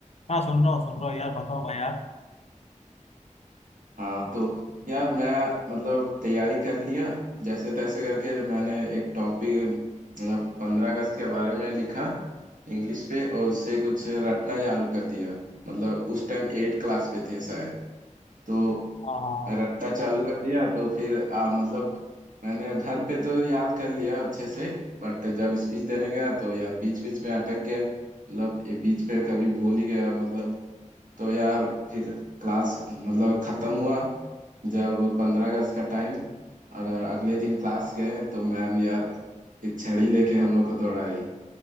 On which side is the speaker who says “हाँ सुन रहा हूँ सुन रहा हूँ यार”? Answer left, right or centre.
Left